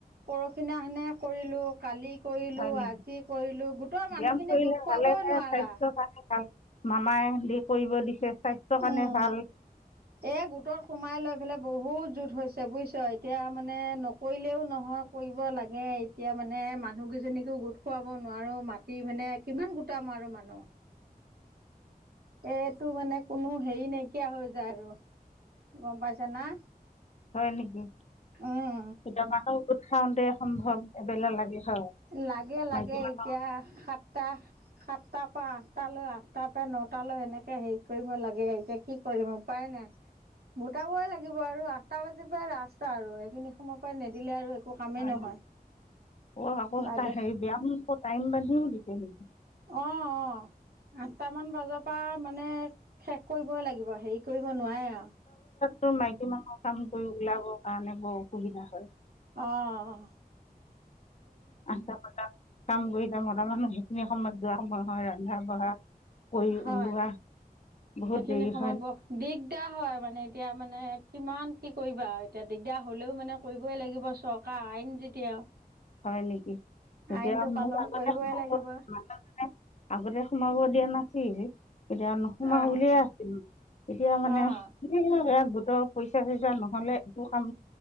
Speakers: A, on the right (about 80°); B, on the left (about 45°).
A: পৰখি দিনাখনে কৰিলো কালি কৰিলো
B: হয় নেকি
A: আজি কৰিলো গোটৰ মানুহ
B: ব্যায়াম
A: খিনি
B: কৰিলে
A: গোট খোৱাবই
B: ভালেহে
A: নোৱাৰা।
B: স্বাস্থ্যৰ কাৰণে ভাল মামাই দি কৰিব দিছে স্বাস্থ্যৰ কাৰণে
A: উম
B: ভাল
A: এ গোটত সোমাই লৈ এইফালে বহুত জোত হৈছে বুজিছ এতিয়া মানে নকৰিলেও নহয় কৰিব লাগে এতিয়া মানে মানুহ কেইজনীকও গোট খুৱাব নোৱাৰো মাটি মানে কিমান গোটাম আৰু মানুহ এইটো মানে কোনো হেৰি নাইকিয়া হৈ যায় আৰু গম পাইছে না
B: হয় নেকি
A: উম।
B: গোট মানুহ গোট খাওতে সম্ভৱ এবেলা লাগে হয়
A: লাগে লাগে
B: মাইকী মানুহ
A: এতিয়া সাতটা সাতটাৰ পৰা আঠটা লৈ আঠটাৰ পৰা নটা লৈ এনেকে হেৰি কৰিব লাগে এতিয়া কি কৰিম উপাই নাই গোটাবই লাগিব আৰু আঠটা বাজি পৰা ৰাস্তা আৰু সেইখিনি সময় পৰা নিদিলে আৰু কামেই
B: হয়
A: নহয়।
B: নেকি ক আকৌ
A: বাইদেউ
B: হে হেৰি বায়াম টাইমো বান্ধি দিছে নি <unintelligible>
A: অ অ আঠটামান বজাৰ পৰা মানে শেষ কৰিবই লাগিব হেৰি কৰিব নোৱাৰে আও
B: তোৰ মাইকী মানুহৰ কাম কৰি ওলাবৰ কাৰণে বৰ অসুবিধা হয়।
A: অহ
B: আঠটা বজাত কাম গৈ মটা মানুহ সেইখিনি সময়ত যোৱা সময় হয় ৰন্ধা- বঢ়া কৰি
A: হয়
B: ওলোৱা বহুত
A: সেইখিনি
B: দেৰি
A: সময়ত
B: হয়
A: বৰ দিগদাৰ হয় মানে এতিয়া মানে কিমান কি কৰিবা আৰু এতিয়া দিগদাৰ হ'লেও মানে কৰিবই লাগিব চৰকাৰ আইন যেতিয়া
B: হয় নেকি এতিয়া
A: আইনটো পালন
B: মোক
A: কৰিবই
B: আগতে সকলো
A: লাগিব
B: যোনে - যোনে আগতে সোমাব দিয়া নাছিল । এতিয়া নোসোমাও
A: অঁ
B: বুলিয়ে আছিলো, এতিয়া মানে
A: অঁ
B: এ গোটৰ পইচা-চইচা নহলে একো কাম